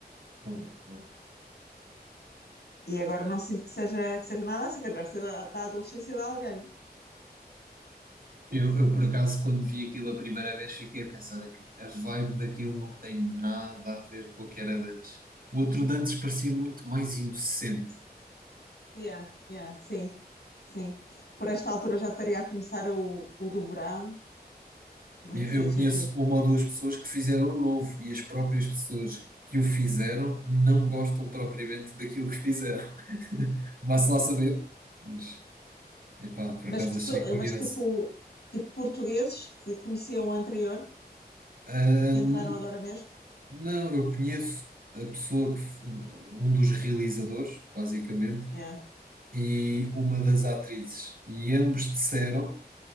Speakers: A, on the right (about 60°); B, on the left (about 75°).
A: Bom, bom.
B: E agora não sinto que seja, que seja nada assim, mas deve ser da, da adolescência de alguém.
A: Eu, eu, por acaso, quando vi aquilo a primeira vez, fiquei a pensar que a vibe daquilo não tem nada a ver com o que era de antes. O outro de antes parecia muito mais inocente.
B: Yeah, yeah, sim, sim. Por esta altura já estaria a começar o, o do verão, muito
A: Eu
B: fixe
A: eu conheço
B: aquilo.
A: uma ou duas pessoas que fizeram o novo e as próprias pessoas que o fizeram não gostam propriamente daquilo que fizeram. <laughs> Vá-se lá saber. Mas, epá, por
B: Mas,
A: acaso
B: pesso-
A: achei curioso.
B: mas tipo, tipo portugueses que conheciam o anterior
A: Ahn,
B: e que entraram agora neste.
A: não, eu conheço a pessoa que, f- um dos realizadores, basicamente,
B: Yeah,
A: e uma das atrizes. E ambos disseram.